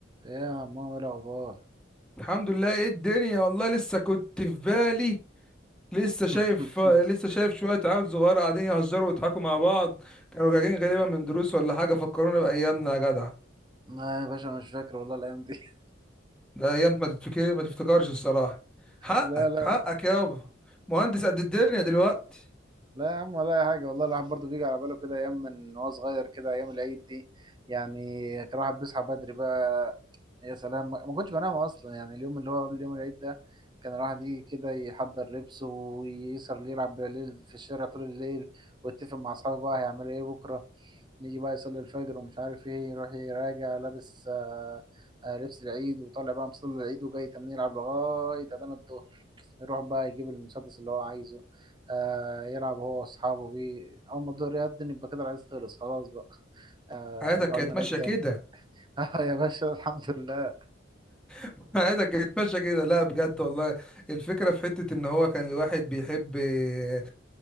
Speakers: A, on the right (about 25°); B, in the centre.
A: ايه يا عمو ايه الاخبار
B: الحمد لله ايه الدنيا والله لسه كنت في بالي لسه شايف
A: <laughs>
B: لسه شايف شوية عيال صغار قاعدين يهزروا ويضحكوا مع بعض كانوا راجعين غالبا من دروس ولا حاجة فكرونا بأيامنا يا جدع
A: لا يا باشا مش فاكر والله الايام دي <laughs>
B: ده أيام ما تتفكر ما تفتكرش الصراحة حقك
A: لا لا
B: حقك يابا مهندس قد الدنيا دلوقتي
A: لا يا عم ولا اي حاجه والله الواحد برضه بيجي على باله كده ايام من وهو صغير كده ايام العيد دي يعني كان الواحد بيصحى بدري بقى يا سلام ما ما كنتش بنام اصلا يعني اليوم اللي هو قبل يوم العيد ده كان الواحد يجي كده يحضر لبسه ويسهر يلعب بالليل في الشارع طول الليل ويتفق مع اصحابه بقى هيعملوا ايه بكره يجي بقى يصلي الفجر ومش عارف ايه يروح يراجع لابس آه، آه، لبس العيد وطالع بقى مصلي العيد وجاي تمام يلعب لغاية أذان الظهر يروح بقى يجيب المسدس اللي هو عايزه آه يلعب هو وأصحابه بيه أول ما الظهر يأذن يبقى كده العيد خلص خلاص بقى آه
B: حياتك
A: رجعوا
B: كانت
A: لنا العيد
B: ماشية
A: تاني
B: كده
A: <laughs> آه يا باشا الحمد لله
B: <laughs> عادك يتمشى كده لا بجد والله الفكرة في حتة ان هو كان الواحد بيحب ي-